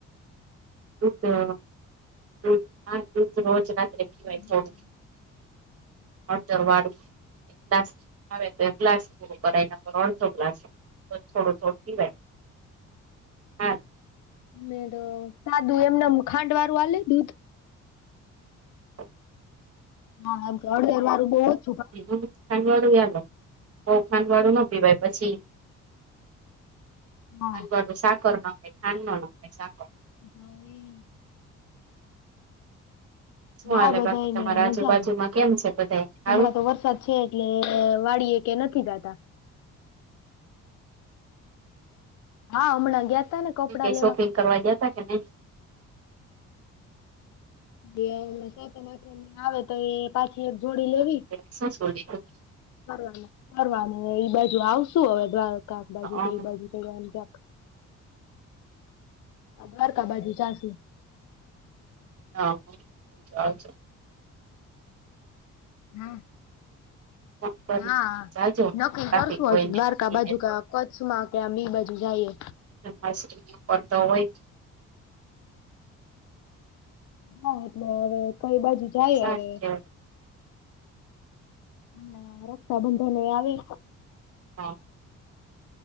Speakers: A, on the right; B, on the left.
A: <inaudible>
B: હા
A: હળદરવાળું ગ્લાસ આવે તો એકલાસ પૂરું કરાઈને અડધો ગ્લાસ, તો થોડું થોડું પિવાય, હા.
B: મેં દ સાદું એમને ખાંડવાળું આલે દૂધ?
A: <inaudible>
B: હા ઘર દરવારું બહુજ
A: બીજું ખાંડ વાળું યાલેબબઉ ખાંડ વાળું ના પીવાય પછી
B: હા
A: ખાંડ વાળું સાકર નખાએ ખાંડ નો નખાય સાકર
B: હવી.
A: શું
B: હા
A: હાલે
B: બધા
A: બાકી તમારા
B: ને મજા
A: આજુબાજુમાં કેમ છે બધા સારું
B: હમણાં તો વરસાદ છે એટલે વાળીએ કે નથી જાતા. હા હામણા ગયા તા ને. કપડા
A: કે
B: લેવા
A: શોપિંગ કરવા ગયા તા કે નહી?
B: જેમ સાત અઠ આવે તો એ પાછી એક જોડી લેવી.
A: એ શું શું લીધું?
B: ફરવા ફરવા ના ઈ બાજુ આવશું હવે દ્વારકા
A: હા
B: તે ઈ બાજુ <unintelligible> દ્વારકા બાજુ જાશું.
A: હા આવજો આવજો.
B: હા
A: ફોન કરીને
B: હા
A: જાજો ટ્રાફિક
B: નકકી કરશું
A: હોય
B: હજુ
A: ને
B: દ્વારકા
A: મંદિરે
B: બાજુકા કચ્છ આ કે બી બાજુ જઈએ.
A: <unintelligible> કરતો હોય
B: ના એટલે હવે કઈ બાજુ જાય
A: સારું
B: હવે.
A: કેવાય
B: હા રક્ષાબંધન એ આવી
A: હા.